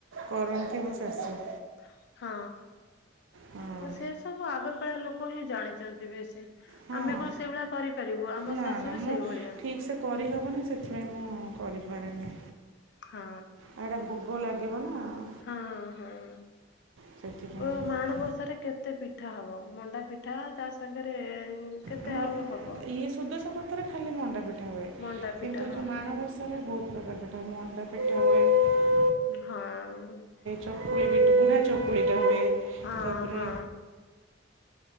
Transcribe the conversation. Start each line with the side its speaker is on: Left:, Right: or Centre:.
Right: କରନ୍ତି
Left: ହୁଁ
Right: ମୋ ଶାଶୁ।
Left: ହଁ
Right: ହଁ
Left: ଓ ସେ ସବୁ ଆଗ କାଳିଆ ଲୋକ ହିଁ ଜାଣିଛନ୍ତି ବେଶୀ।
Right: ହଁ
Left: ଆମେ କଣ ସେଇଭଳିଆ କରିପାରିବୁ ଆମ
Right: ନା
Left: ଶାଶୁ
Right: ନା
Left: ବି
Right: ମୁଁ
Left: ସେଇ ଭଳିଆ।
Right: ଠିକ୍ ସେ କରିହେବନି ସେଥିପାଇଁ ମୁଁ କରିପାରେନି।
Left: ହଁ
Right: ଆଉ ଏଇଟା ଭୋଗ ଲାଗିବ ନା
Left: ହଁ ହଁ ହଁ।
Right: ସେଥିପାଇଁ
Left: ଓ ମାଣବସାରେ କେତେ ପିଠା ହବ ମଣ୍ଡା ପିଠା ତା ସାଙ୍ଗରେ କେତେ
Right: ହୁଁ
Left: ଆଉ ହବ
Right: ଇଏ ସୁଦଶା ବ୍ରତରେ ଖାଲି ମଣ୍ଡା ପି ପିଠା ହୁଏ
Left: ମଣ୍ଡା ପିଠା
Right: କିନ୍ତୁ ଏ
Left: ହଁ।
Right: ଯୋଉ ମାଣବସାରେ ବହୁତ ପ୍ରକାର ପିଠା ହୁଏ ମଣ୍ଡା ପିଠା ହୁଏ
Left: ହଁ।
Right: ଚକୁଳି ବି ବୁଢ଼ା ଚକୁଳିଟା ହୁଏ।
Left: ହଁ
Right: ତାପରେ
Left: ହଁ।